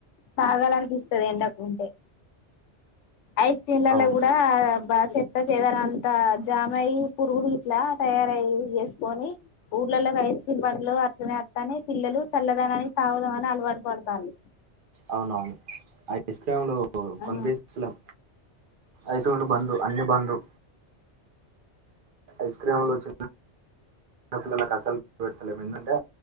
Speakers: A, on the left; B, on the right.
A: తాగాలనిపిస్తుంది ఎండకు ఉంటే ఐస్ ఇండ్లకూడా
B: అవును
A: బాగా చెత్త చెదారం అంత జామాయి పురుగులు గిట్ల తయారై చేసుకొని ఊర్లలకు ఐస్ క్రీమ్ బండ్లు అట్లనే అత్తన్నై పిల్లలు చల్లదాని అని తాగుదామని అలవాటు పడతారు
B: అవునవును ఐస్క్రీమ్ లు ప్పుడు
A: ఆ
B: కనిపిస్తా లేం ఐస్క్రీమ్ లు బందు అన్ని బందు ఐస్ క్రీమ్లు వ చి చిన్న పిల్లలకు అసలు పెడతలేము ఎందంటే